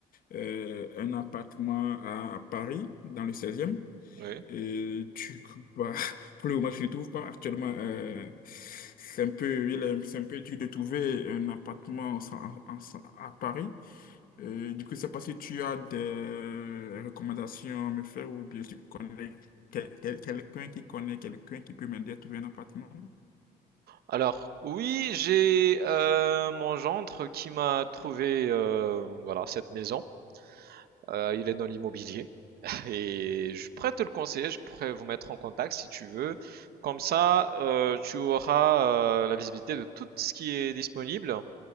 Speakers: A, on the left (about 55°); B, on the right (about 65°).
A: euh, un appartement à Paris, dans le seizième
B: Oui.
A: Et tu, bah, <laughs> pour le moment, je ne trouve pas actuellement. euh, c'est un peu, il est- c'est un peu dur de trouver un appartement en- en- en- à Paris. Euh, du coup, je ne sais pas si tu as des recommandations à me faire ou bien si tu connais quel- quel- quelqu'un qui connaît quelqu'un qui peut m'aider à trouver un appartement.
B: Alors, oui, j'ai euh, mon gendre qui m'a trouvé euh, voilà cette maison. Euh, il est dans l'immobilier <laughs> et je pourrais te le conseiller. Je pourrais vous mettre en contact si tu veux. Comme ça, euh, tu auras euh, la visibilité de tout ce qui est disponible